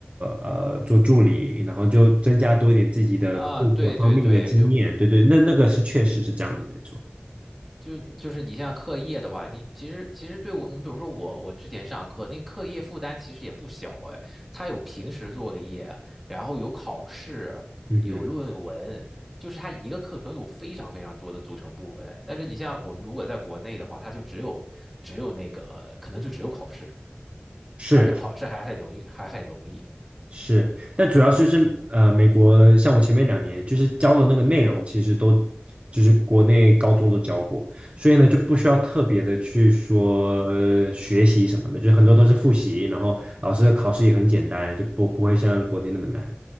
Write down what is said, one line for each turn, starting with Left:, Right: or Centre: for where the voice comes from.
Right: 呃做助理，然后就增加多一点自己的各个方面的经验。
Centre: 啊，对对对，就
Right: 对对，那那个是确实是这样的，没错。
Centre: 就就是你像课业的话，你其实其实对我，你比如说我，我之前上课那课业负担其实也不小哎，它有平时作业，然后有考试，
Right: 嗯哼，
Centre: 有论文，就是它一个课程有非常非常多的组成部分。但是你像我们如果在国内的话，它就只有只有那个可能就只有考试，
Right: 是。
Centre: 而且考试还很容易，还很容易，
Right: 是，但主要就是呃，美国像我前面两年就是教的那个内容，其实都就是国内高中都教过，所以呢就不需要特别的去说呃学习什么的，就很多都是复习，然后老师的考试也很简单，就不不会像国内那么难。